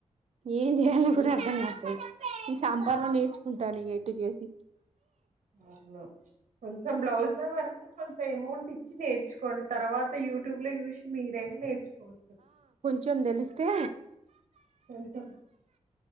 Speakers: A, on the right (about 55°); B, on the right (about 85°).
A: ఏం చేయలో కూడా అర్థం కావట్లేదు ఈ సమ్మర్ లో నేర్చుకుంటాను ఎటు చేసి
B: అవును కొంచెం బ్లౌజ్ల వరకు కొంత అమౌంట్ ఇచ్చి నే చు కోండి తర్వాత యూ యూట్యూబ్ లో చూసి మీరైనా నేర్చుకోవచ్చు
A: చం దెలిస్తే
B: ఉంట